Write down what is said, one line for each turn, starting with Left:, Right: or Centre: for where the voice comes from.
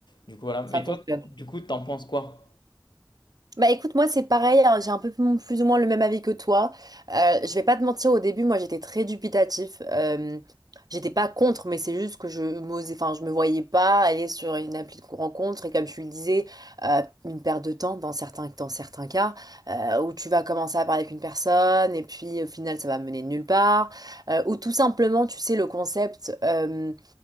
Left: du coup, voilà. Mais
Right: Ça fonctionne.
Left: toi, du coup, t'en penses quoi?
Right: Bah écoute, moi c'est pareil, hein, j'ai un peu plus plus ou moins le même avis que toi. Euh, je vais pas te mentir, au début, moi j'étais très dubitatif. Euh, j'étais pas contre, mais c'est juste que je m'osais, enfin je me voyais pas aller sur une appli de rencontre et comme tu le disais, euh, une perte de temps dans certains, dans certains cas euh, où tu vas commencer à parler avec une personne et puis au final ça va mener nulle part. Euh, ou tout simplement, tu sais, le concept. Euh,